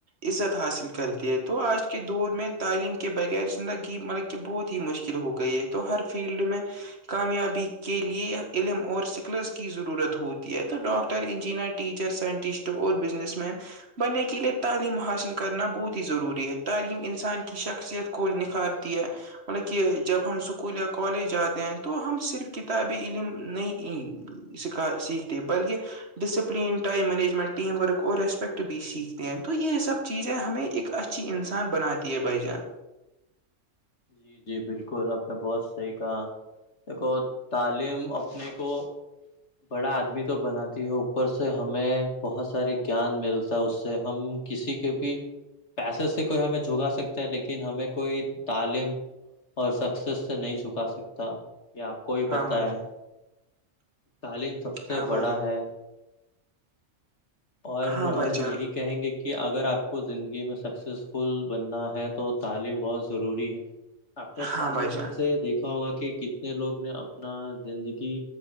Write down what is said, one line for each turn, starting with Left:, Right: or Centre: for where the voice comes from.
Right: عزت حاصل کرتی ہے تو آج کے دور میں تعلیم کے بغیر زندگی مطلب بہت ہی مشکل ہو گئی ہے تو ہر فیلڈ میں کامیابی کے لیے علم اور سکلس کی ضرورت ہوتی ہے تو ڈاکٹر انجینئر ٹیچر سائنٹسٹ اور بزنس مین بننے کے لئے تعلیم حاصل کرنا بہت ہی ضروری ہے تعلیم انسان کی شخصیت کو اسکول نکھارتی ہے مطلب کہ جب ہم اسکول یا کالج جاتے ہیں تو ہم صرف کتاب علم نہیں سکھا سیکھتے بلکہ discipline time management team work اور ریسپیکٹ بھی سیکھتے ہیں تو یہ سب چیزیں ہمیں ایک اچھی انسان بناتی ہے بائی جان
Left: جی جی بالکل آپ نے بہت صحیح کہا دیکھو تعلیم اپنے کو بڑا آدمی تو بناتی ہے اوپر سے ہمیں بہت سارے گیان ملتا ہے اس سے ہم کسی کے بھی پیسے سے کوئی ہمیں جھگا سکتا ہے لیکن ہمیں کوئی تعلیم اور سکسیس سے نہیں جھکا سکتا آپ کو بھی
Right: ہاں
Left: پتا
Right: بھائی جان
Left: ہے تعلیم سب سے
Right: ہاں بھائی
Left: بڑا
Right: جان
Left: ہے اور
Right: ہاں بھائی
Left: ہم
Right: جان
Left: یہی کہیں گے کہ اگر آپ کو زندگی میں سکسیزفل بننا ہے تو تعلیم بہت ضروری ہے آپ نے تعلیم
Right: ہاں بھائی جان
Left: سے دیکھا ہوگا کہ کتنے لوگ نے اپنا زندگی